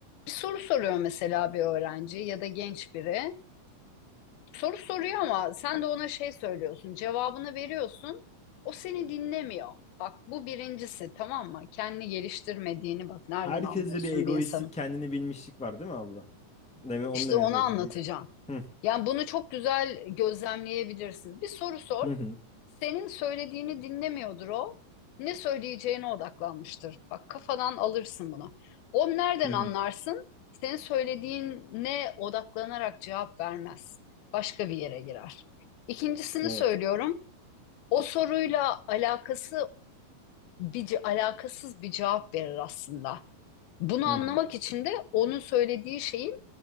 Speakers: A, on the left (about 85°); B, in the centre.
A: Bir soru soruyor mesela bir öğrenci ya da genç biri. Soru soruyor ama sen de ona şey söylüyorsun, cevabını veriyorsun. O seni dinlemiyor. Bak bu birincisi tamam mı? Kendini geliştirmediğini bak nereden
B: Herkeste
A: anlıyorsun
B: bir egoistlik,
A: bir insanın?
B: kendini bilmişlik var değil mi abla? Deme onu
A: İşte
B: demeye
A: onu
B: çalışıyorum
A: anlatacağım.
B: bir de. Hı
A: Yani bunu çok güzel gözlemleyebilirsin. Bir soru sor.
B: hı hı
A: Senin söylediğini dinlemiyordur o. Ne söyleyeceğine odaklanmıştır. Bak kafadan alırsın bunu. O nereden
B: hı. hı.
A: anlarsın? Senin söylediğine odaklanarak cevap vermez. Başka bir yere girer. İkincisini
B: Evet.
A: söylüyorum. O soruyla alakası bir ce- alakasız bir cevap verir aslında. Bunu
B: Hı
A: anlamak
B: hı.
A: için de onun söylediği şeyi